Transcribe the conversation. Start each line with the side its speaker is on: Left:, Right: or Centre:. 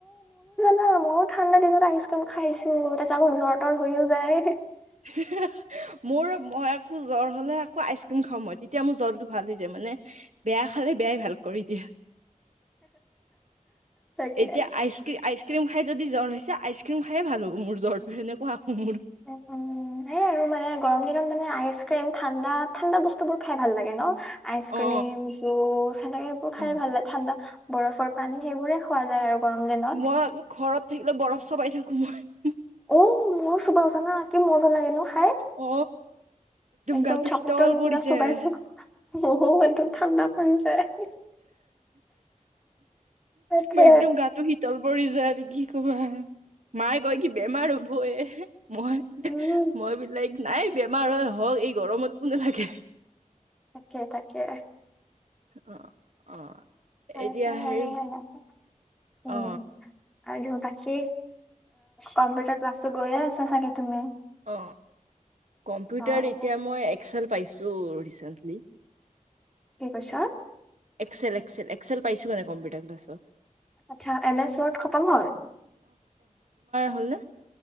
Centre: ন মই ঠাণ্ডা দিনত আইচ ক্ৰীম খাইছো, তাৰপিছট আকৌ জ্বৰ তৰ হৈয়ও যায়।
Right: <unintelligible> মোৰ মই আকৌ জ্বৰ হলে আকৌ আইচক্ৰীম খাওঁ মই তেতিয়া মোৰ জ্বৰটো ভাল হৈ যায় মানে মানে বেয়া খালে বেয়াই ভাল কৰি দিয়ে।
Centre: তাকে
Right: এতিয়া আইচক্ৰীম আইচ আইচক্ৰীম খাই যদি জ্বৰ হৈছে, আইচ ক্ৰীম খায় ভাল হ'ব মোৰ সেনেকোৱা আকৌ মোৰ
Centre: উ এই আৰু মানে গৰম দিনত মানে আইচ ক্ৰীম ঠাণ্ডাত ঠাণ্ডা বস্তু বোৰ খাই ভাল লাগে ন? আইচ
Right: অ
Centre: ক্ৰীম জুচ সেনেকে এইবোৰ খাই
Right: অ
Centre: ভাল লাগে ঠাণ্ডা বৰফৰ পানী সেইবোৰে খোৱা যায় আৰু গৰম দিনত
Right: মই আকৌ ঘৰত থাকিলে বৰফ চবাই থাকো মই
Centre: অ মইয়ো চোবাও জানা কি মজা লাগে ন? খাই
Right: অ
Centre: একদম
Right: গাটো
Centre: চকলেটৰ
Right: শীতল
Centre: নিচিনা
Right: পৰি
Centre: চোবাই-
Right: যায়।
Centre: অহ হ সেইটো ঠান্দা পৰি যায় <unintelligible> তাকে
Right: মই একদম গাটো শীতল পৰি যায় আৰু কি কবা মায়ে কয় কি বেমাৰ হবয় মই
Centre: উম,
Right: মই বি লাইক নাই বেমাৰ হৈ হওক এই গৰমত কোনে থাকে
Centre: তাকে, তাকে,।
Right: অ- অ-।
Centre: খাইছা
Right: এতিয়া হেৰি
Centre: আৰু হয় নাই উম!
Right: অ
Centre: আৰু বাকী কম্পিউটাৰ ক্লাছটো গৈয়ে আছা চাগে তুমি?
Right: অ, কম্পিউটাৰ
Centre: অ',
Right: এতিয়া
Centre: অ',
Right: মই এক্সেল পাইছোঁ, ৰিচেন্টলি
Centre: কি কৈছা?
Right: এক্সেল, এক্সেল, এক্সেল, পাইছোঁ মানে কম্পউটাৰ ক্লাছত।
Centre: আচ্ছা এম এছ ৱৰ্ড খতম হল।
Right: হলনে,।